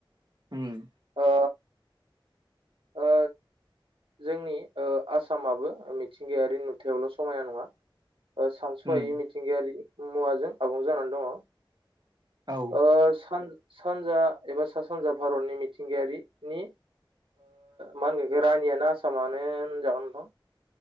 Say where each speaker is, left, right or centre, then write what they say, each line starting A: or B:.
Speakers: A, on the right; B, on the right.
A: उम
B: ओ ओ जोंनि ओ आसामाबो मिथिंगायारि नुथायावल' समायना नङा सानस'आायै
A: उम
B: मिथिंगायारि मुवाजों आबुं जानानै दङ
A: औ
B: ओ सान सानजा एबा सा सानजा भारतनि मिथिंगायारिनि मा होनगोन रानियानो आसामानो होनजानानै दं